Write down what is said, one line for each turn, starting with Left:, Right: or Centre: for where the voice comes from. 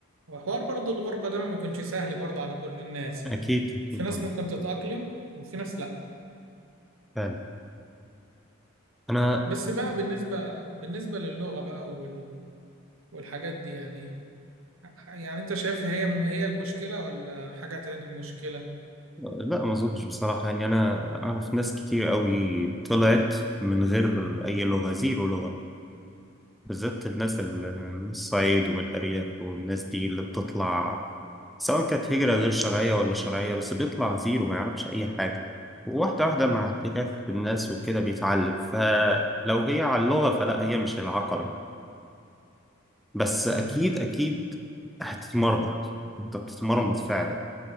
Right: وحوار برضو الغربه ده ما بيكونش سهل برضو على كل الناس يعني
Centre: أكيد أكيد
Right: في ناس
Centre: طبعا
Right: ممكن تتاقلم وفي ناس لا
Centre: فعلا. أنا
Right: بس بقى بالنسبة بالنسبة للغة بقى وال... والحاجات دي يعني يعني انت شايف هي هي المشكلة ولا حاجة تاني المشكلة
Centre: لا ما اظنش بصراحة يعني انا اعرف ناس كتير قوي طلعت من غير اي لغة زيرو لغة بالذات الناس اللي من الصعيد ومن الارياف والناس دي اللي بتطلع سواء كانت هجرة غير شرعية ولا شرعية بس بيطلع زيرو ما يعرفش اي حاجة وواحدة واحدة مع احتكاك بالناس وكده بيتعلم فلو هي على اللغة فلا هي مش العقبة بس اكيد
Right: مم.
Centre: اكيد هتتمرمط انت بتتمرمط فعلا